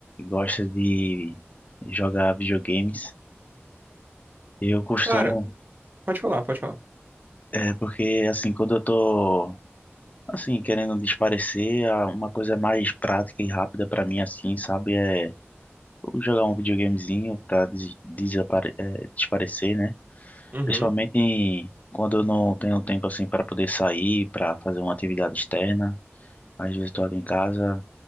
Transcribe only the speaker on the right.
Cara, pode falar, pode falar.
Uhum.